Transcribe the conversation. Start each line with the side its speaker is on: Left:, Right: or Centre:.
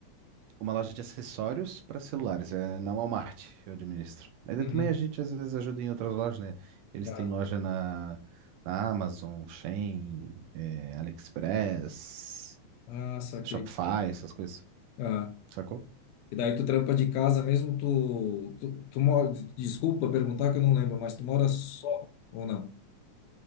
Right: Uma loja de acessórios para celulares. É na Walmart, eu administro. Mas
Left: uhum.
Right: aí também a gente às vezes ajuda em outras lojas, né? Eles
Left: Ah,
Right: têm loja na, na Amazon, Shein, é, AliExpress,
Left: ah, saquei.
Right: Shopify, essas coisas.
Left: Ah,
Right: Sacou?
Left: e daí tu trampa de casa mesmo, tu, tu, tu mora, desculpa perguntar que eu não lembro, mas tu mora só ou não?